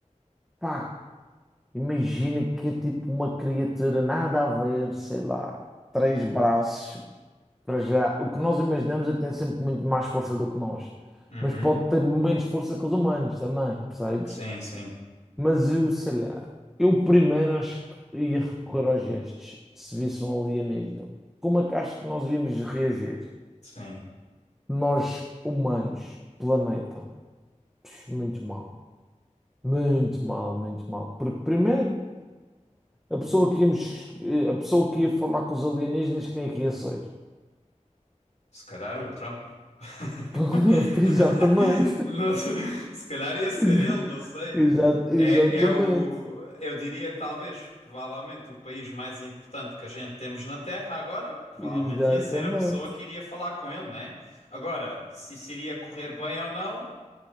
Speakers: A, in the centre; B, on the left.
A: pá, imagina que é tipo uma criatura nada a ver, sei lá, três braços, para já, o que nós imaginamos é que tem sempre muito mais força do que nós,
B: Uhum.
A: mas pode ter menos força que os humanos também, percebes?
B: Sim, sim,
A: Mas eu, sei lá, eu primeiro acho que ia recorrer aos gestos, se visse um alienígena. Como é que acho que nós íamos reagir?
B: sim.
A: Nós, humanos, planeta. Pux, Muito mal. Muito mal, muito mal. Porque primeiro, a pessoa que íamos, a pessoa que ia falar com os alienígenas, quem é que ia ser?
B: Se calhar o Trump. <laughs>
A: <laughs> Exatamente.
B: Não sei, se calhar ia ser
A: Exa-
B: ele, não sei.
A: exa- Exatamente.
B: É, é o, eu diria, talvez, provavelmente, o país mais importante que a gente temos na Terra agora, provavelmente
A: Exatamente.
B: ia ser a pessoa que iria falar com ele, né? Agora, se isso iria correr bem ou não,